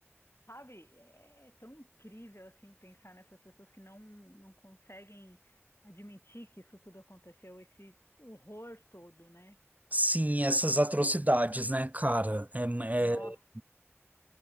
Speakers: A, on the left; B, on the right.
A: Sabe? É é tão incrível, assim, pensar nessas pessoas que não, não conseguem admitir que isso tudo aconteceu, esse horror todo, né?
B: sim, essas atrocidades, né, cara? É,
A: Nossa.
B: é-